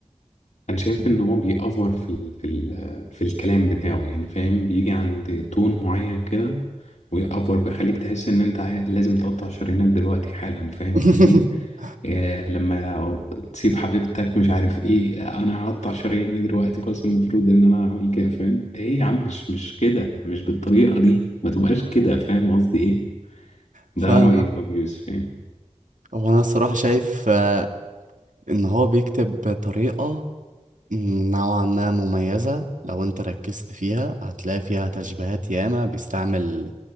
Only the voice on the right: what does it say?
<laughs>
فاهمك
هو انا الصراحة شايف آه، ان هو بيكتب بطريقة نوعا ما مميزة لو انت ركزت فيها هتلاقي فيها تشبيهات ياما بيستعمل